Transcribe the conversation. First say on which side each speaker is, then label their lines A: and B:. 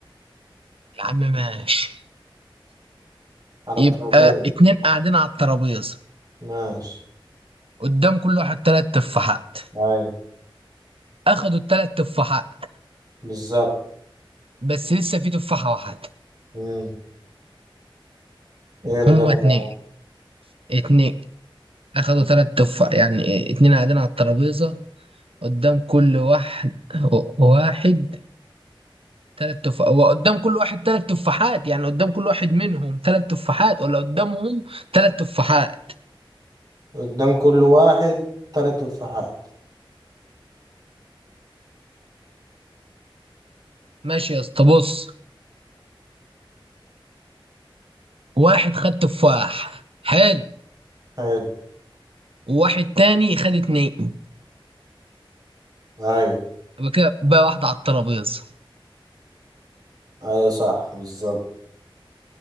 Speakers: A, on the right (about 85°); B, on the right (about 40°).
A: يا عم ماشي
B: على
A: يبقى
B: الترابيز
A: اتنين قاعدين على الترابيزة
B: ماشي
A: قدام كل واحد تلات تفاحات
B: ايوه
A: اخدوا التلات تفاحات
B: بالظبط
A: بس لسه في تفاحة واحدة
B: مم. ايه اللي
A: هما
B: جاب
A: اتنين
B: بقى
A: اتنين اخدوا تلات تفاح يعني إيه، اتنين قاعدين على الترابيزة قدام كل واحد واحد تلات تفاح وقدام كل واحد تلات تفاحات يعني قدام كل واحد منهم تلات تفاحات ولا قدامهم تلات تفاحات
B: قدام كل واحد تلات تفاحات
A: ماشي يا اسطى بص واحد خد تفاح حلو
B: حلو
A: وواحد تاني خد اتنين
B: ايوه
A: يبقى كده بقى واحدة على الترابيزة
B: ايوه صح بالظبط